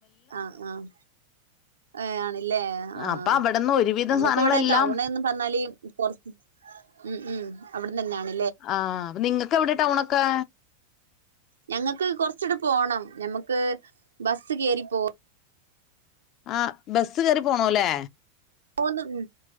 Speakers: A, on the right; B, on the left.
A: ആഹ് ആഹ് ഏഹ് ആണ്ല്ലേ ആഹ്
B: അപ്പൊ അവിടെന്ന് ഒരുവിധം
A: ഞമ്മക്ക്
B: സാധനങ്ങളെല്ലാം
A: വടെ ടൗണ് പർഞ്ഞാല് പൊർ ഉം ഉം അവ്ട്ന്നന്നാണ്
B: ആ അപ്പൊ നിങ്ങൾക്ക് എവിടെ ടൗണൊക്കെ?
A: ഞ്ഞങ്ങക് കൊറച്ചിടെ പോണം ഞമ്മക്ക് ബസ് കേറിപ്പോ
B: ആ ബസ് കയറി പോണല്ലേ?
A: മൂന്ന് ഉ